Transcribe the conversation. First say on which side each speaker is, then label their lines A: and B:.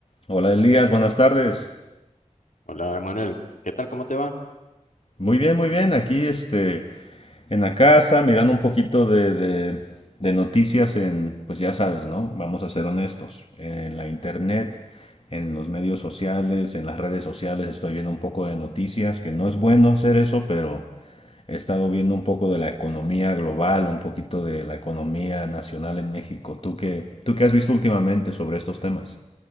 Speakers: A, on the left; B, on the left.
A: Hola Elías, buenas tardes.
B: Hola, Emanuel. ¿Qué tal? ¿Cómo te va?
A: Muy bien, muy bien. Aquí este, en la casa, mirando un poquito de, de- de noticias en, pues ya sabes, ¿no? Vamos a ser honestos. En la internet, en los medios sociales, en las redes sociales, estoy viendo un poco de noticias, que no es bueno hacer eso, pero he estado viendo un poco de la economía global, un poquito de la economía nacional en México. ¿Tú qué, tú qué has visto últimamente sobre estos temas?